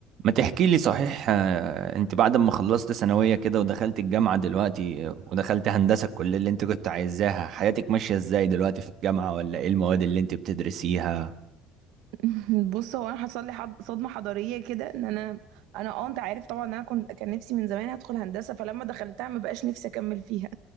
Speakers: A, on the right; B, on the right.
A: ما تحكي لي صحيح آه، انت بعد ما خلصت ثانوية كده ودخلت الجامعة دلوقتي آه، ودخلت هندسة الكلية اللي انت كنت عايزاها حياتك ماشية ازاي دلوقتي في الجامعة ولا ايه المواد اللي انت بتدرسيها
B: <laughs> بص هو انا حصل لي حض... صدمه حضاريه كده ان انا انا اه انت عارف طبعا إن انا كنت كان نفسي من زمان ادخل هندسه فلما دخلتها ما بقاش نفسي اكمل فيها